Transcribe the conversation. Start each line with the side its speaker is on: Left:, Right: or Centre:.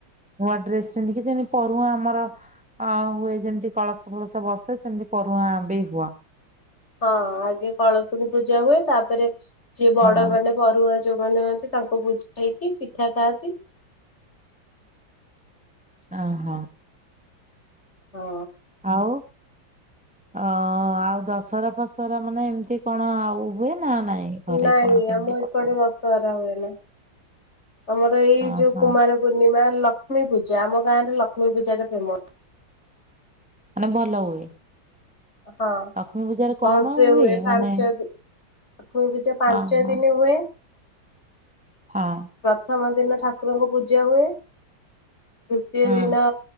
Centre: ନୂଆ ଡ୍ରେସ ପିନ୍ଧିିକି ପରୁହାଁ ଆମର ଅ ହୁଏ ଯେମିତି କଳସ ଫଳସ ବସେ ସେମତି ପରୁହାଁ ବି ହୁଅ
Left: ହଁ ଆଗେ କଳସକୁ ପୂଜା ହୁଏ ତାପରେ ଯିଏ ବଡ଼ମାନେ
Centre: ହଁ
Left: ପରୁହା ଯୌମନେ ହୁଅନ୍ତି ତାଙ୍କୁ ପୂଜେଇକି ପିଠା ଖାଆନ୍ତି।
Centre: ଅ ହ
Left: ହଁ
Centre: ଆଉ ଅ ଆଉ ଦଶହରା ଫ ସରା ମାନେ ଏମିତି କଣ ଆଉ ହୁଏ? ନା ନାଇଁ ଘରେ
Left: ନାଇଁ
Centre: କଣ କେମିତି
Left: ଆମ
Centre: ପର୍ବ
Left: ଏକଡେ ଦଶହରା ହୁଏନା। ଆମର ଏଇ
Centre: ଓହୋ
Left: ଯୋଉ କୁମାର ପୂର୍ଣ୍ଣିମା ଲ ଲକ୍ଷ୍ମୀ ପୂଜା ଆମ ଗାଁରେ ଲକ୍ଷ୍ମୀ ପୂଜା ଟା ଫେମସ
Centre: ମାନେ ଭଲ ହୁଏ।
Left: ହଁ
Centre: ଲକ୍ଷ୍ମୀ ପୂଜାରେ କଣ
Left: ଭଲ ସେ ହୁଏ
Centre: ମାନେ
Left: ପାଞ୍ଚ ଦି ଠାକୁର ପୂଜା ପାଞ୍ଚ
Centre: ଓହୋ
Left: ଦିନ ହୁଏ।
Centre: ହଁ
Left: ପ୍ରଥମ ଦିନ ଠାକୁରଙ୍କ ପୂଜା ହୁଏ। ଦୁତୀୟ
Centre: ହୁଁ
Left: ଦିନ